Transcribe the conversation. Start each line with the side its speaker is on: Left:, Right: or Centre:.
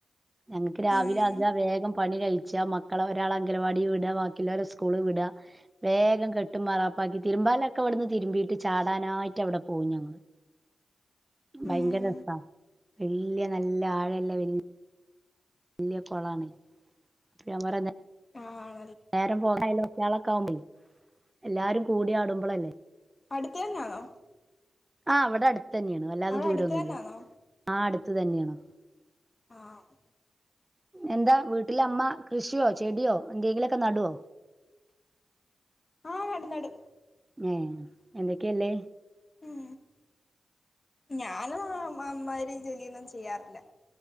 Right: ഞങ്ങക്ക് രാവിലെ
Left: ഉം
Right: അജാ വേഗം പണി കഴിച്ച മക്കളെ ഒരാൾ അങ്കലവാടി വിടാ ബാക്കിയുള്ളോരെ സ്കൂള് വിടാ വേഗം കെട്ടും മാറാപ്പും ബാക്കി തിരുമ്പാലൊക്കെ വിടുന്ന് തിരുമ്പീട്ട് ചാടാനായിട്ട് അവിടെ പോവും ഞങ്ങള് ഭയങ്കര
Left: ഉം
Right: രസാ വല്യ നല്ല ആഴല്ല വല് വല്ല്യ കൊളാണ് അപ്പ ഞാപറ നെ
Left: ആ
Right: വേറെ ഫോണായലോ കുട്ട്യാളൊക്കെ ആകുമ്പെ എല്ലാരും കൂടിയാടുമ്പളല്ലേ
Left: അടുത്ത് തന്നാണോ
Right: ആ അവടെട് തന്നെയാണ് വല്ലാതെ
Left: അവിടെ
Right: ദൂരൊന്നില്ല
Left: അടുത്ത് തന്നാണോ
Right: ആടു അട്ത് തന്നെണ്
Left: ആഹ്
Right: എന്താ വീട്ടില് അമ്മ കൃഷിയോ ചെടിയോ എന്തെങ്കിലൊക്കെ നടുവോ
Left: ആഹ നടും നടും
Right: ഏ എന്തൊക്കെയല്ലേ
Left: ഉം ഞാനും അമ്മാതിരിജോലിയൊന്നും ചെയ്യാറില്ല